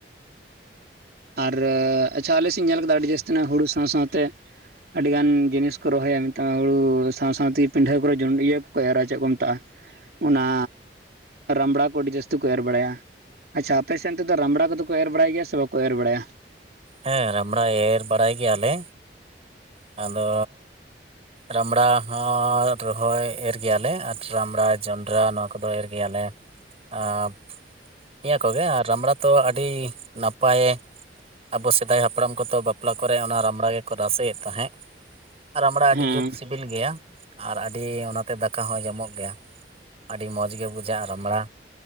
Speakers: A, on the right (about 60°); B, on the right (about 35°).
A: ᱟᱨ ᱟᱪᱪᱷᱟ ᱟᱞᱮ ᱥᱮᱫ ᱤᱧ ᱧᱮᱞ ᱠᱟᱫᱟ᱾ ᱟᱹᱰᱤ ᱡᱟᱹᱥᱛᱤ ᱦᱩᱲᱩ ᱥᱟᱶ ᱥᱟᱶᱛᱮ ᱟᱹᱰᱤ ᱜᱟᱱ ᱡᱤᱱᱤᱥ ᱠᱚ ᱨᱚᱦᱚᱭᱟ᱾ ᱢᱤᱫᱫᱷᱟᱣ ᱦᱳᱲᱳ ᱥᱟᱶ-ᱥᱟᱶᱛᱮ ᱯᱤᱱᱰᱟᱹ ᱠᱚᱨᱮ ᱡᱚᱱ ᱤᱭᱟᱹ ᱠᱚᱠᱚ ᱮᱨᱟ ᱪᱮᱫ ᱠᱚ ᱢᱮᱛᱟᱜᱼᱟ᱾ ᱚᱱᱟ ᱨᱟᱢᱲᱟ ᱠᱚ ᱟᱹᱰᱤ ᱡᱟᱹᱥᱛᱤ ᱠᱚ ᱮᱨ ᱵᱟᱲᱟᱭᱟ᱾ ᱟᱪᱪᱷᱟ, ᱟᱯᱮ ᱥᱮᱱ ᱛᱮᱫᱚ ᱨᱟᱢᱲᱟ ᱠᱚᱫᱚ ᱠᱚ ᱮᱨ ᱵᱟᱲᱟᱭ ᱜᱮᱭᱟ ᱥᱮ ᱵᱟᱠᱚ ᱮᱨ ᱵᱟᱲᱟᱭᱟ?
B: ᱦᱮᱸ ᱨᱟᱢᱲᱟ ᱮᱨ ᱵᱟᱲᱟᱭ ᱜᱮᱭᱟ ᱞᱮ᱾ ᱟᱫᱚ ᱨᱟᱢᱲᱟ ᱦᱚᱸ ᱨᱚᱦᱚᱭ ᱮᱨ ᱜᱮᱭᱟᱞᱮ, ᱟᱨ ᱨᱟᱢᱲᱟ ᱡᱚᱱᱰᱨᱟ ᱱᱚᱣᱟ ᱠᱚᱫᱚ ᱮᱨ ᱜᱮᱭᱟᱞᱮ᱾ ᱟᱨ ᱱᱤᱭᱟᱹ ᱠᱚᱜᱮ ᱟᱨ ᱨᱟᱢᱲᱟ ᱛᱚ ᱟᱹᱰᱤ ᱱᱟᱯᱟᱭ ᱟᱵᱚ ᱥᱮᱫᱟᱭ ᱦᱟᱯᱲᱟᱢ ᱠᱚᱫᱚ ᱵᱟᱯᱞᱟ ᱠᱚᱨᱮ ᱚᱱᱟ ᱨᱟᱢᱲᱟ ᱜᱮᱠᱚ ᱨᱟᱥᱮ ᱮᱫ ᱛᱟᱦᱮᱸᱫ᱾ ᱨᱟᱢᱲᱟ
A: ᱦᱮᱸ
B: ᱟᱹᱰᱤ ᱡᱩᱛ ᱥᱤᱵᱤᱞ ᱜᱮᱭᱟ ᱟᱨ ᱟᱹᱰᱤ ᱚᱱᱟᱛᱮ ᱫᱟᱠᱟ ᱦᱚᱸ ᱡᱚᱢᱚᱜ ᱜᱮᱭᱟ᱾ ᱟᱹᱰᱤ ᱢᱚᱡᱽ ᱜᱮ ᱵᱩᱡᱷᱟᱹᱜᱼᱟ ᱨᱟᱢᱲᱟ᱾